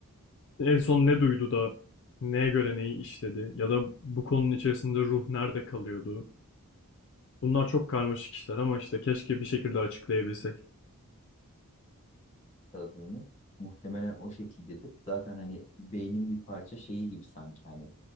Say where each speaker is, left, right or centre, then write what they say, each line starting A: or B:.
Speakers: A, on the left; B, on the left.
A: En son ne duydu da neye göre neyi işledi? Ya da bu konunun içerisinde ruh nerede kalıyordu? Bunlar çok karmaşık işler ama işte keşke bir şekilde açıklayabilsek.
B: Yakaladın onu. Muhtemelen o şekildedir. Zaten hani beynin bir parça şeyi gibi sanki hani